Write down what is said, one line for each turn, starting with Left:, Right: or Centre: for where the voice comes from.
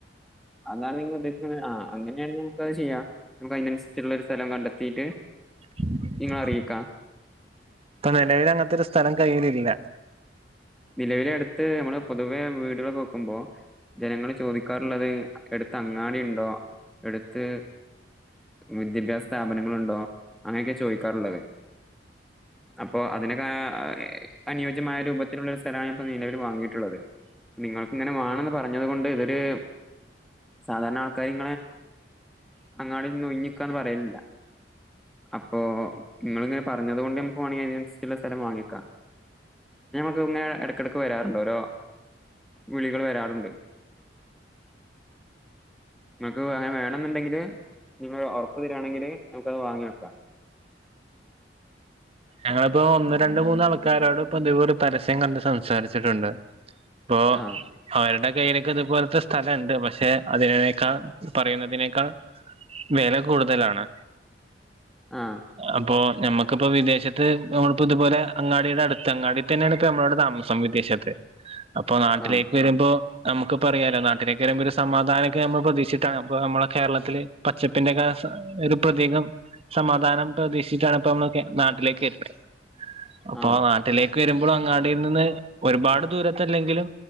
Centre: അതാണെങ്കിൽ ആ അങ്ങനെയാണെങ്കിൽ നമുക്ക് ചെയ്യാം അതനുസരിച്ച് സ്ഥലം കണ്ടെത്തിയിട്ട്
Right: നിലവിലെ
Centre: നിങ്ങളെ അറിയിക്കാം
Right: ഇപ്പൊ അങ്ങനെയൊരു സ്ഥലം കയ്യിലില്ല
Centre: നിലവിലെടുത്ത് നമ്മള് പൊതുവേ വീടുകൾ നോക്കുമ്പോൾ ജനങ്ങള് ചോദിക്കാറുള്ളത് അടുത്ത അങ്ങാടി അടുത്ത് മുതിത പോയിരുന്ന വന്നുകൊണ്ടിരുന്നു സ്ഥാപനങ്ങൾ ഉണ്ടോ അങ്ങനെയൊക്കെയാണ് ചോദിക്കാറുള്ളത് അതിനു അത് അത് അപ്പൊ ആ അനോജ്യമായ ഇങ്ങനെയുള്ള സ്ഥലാണ് നിലവിൽ വാങ്ങിയിട്ടുള്ളത് നിങ്ങൾക്ക് ഇങ്ങനെ വേണമെന്ന് പറഞ്ഞത് കൊണ്ട് ഇവര് സാധാരണആൾക്കാര് അങ്ങാടിയിൽ നിന്ന് ഒഴിഞ്ഞു നിൽക്കണം എന്ന് പറയില്ലല്ലാ അപ്പോള് നിങ്ങൾ ഇങ്ങനെ പറഞ്ഞതുകൊണ്ട് നമുക്ക് ഏവന്‍സിലെ സ്ഥലം വാങ്ങിക്കാം ഇങ്ങ ഇടക്കിടക്ക് വരാറുണ്ട് ഓരോ വിളികൾ വരാറുണ്ട്. നിങ്ങക്ക് അങ്ങനെ വേണെന്നുണ്ടെങ്കില് നിങ്ങൾ ഉറപ്പ് തരിയാണെങ്കില് നമുക്ക് അത് വാങ്ങി വെക്കാം
Right: ഞങ്ങളിപ്പോ ഒന്ന് രണ്ട് മൂന്ന് ആൾക്കാരോട്പ്പ ഇതിപ ഒരു പരസ്യം കണ്ട് സംസാരിച്ചിട്ടുണ്ട് ഓ
Centre: ആ
Right: അവര്ടെ കനക്ക ഇതുപോലത്തെ സ്ഥലണ്ട് പക്ഷെ അതിനേക്കാൾ പറയുന്നതിനേക്കാൾ വില കൂടുതലാണ്
Centre: ആ
Right: അപ്പോ ഞമ്മക്ക് അപ്പൊ വിദേശത്ത് നമ്മളപ്പോ ഇതുപോലെ ത്ത് അങ്ങാടിയുടെ അടുത്ത അങ്ങാടി തന്നെയാണ് ഇപ്പ നമ്മടെ താമസം വിദേശത്ത് അപ്പൊ നാട്ടിലേക്ക്
Centre: ആ
Right: വരുമ്പോ നമുക്ക് പറയാമാലോ നാട്ടിലേക്ക് വയമ്പ്പോ ഒരു സമാധാനക്കെ നമ്മൾ പ്രതീക്ഷിട്ടാണ് അപ്പ നമ്മളെ കേരളത്തില് പച്ചപ്പിന്റെ ഒക്കെ ഒരു പ്രതീകം സമാധാനം പ്രതീക്ഷിച്ചിട്ടാണ് ഇപ്പ നമ്മ നാട്ടിലേ <unintelligible> അപ്പാ
Centre: ആ
Right: നാട്ടിലേ ക്ക് വരുമ്പളും അങ്ങാടീ നിന്ന് ഒരുപാട് ദൂരത്തല്ലെങ്കിലും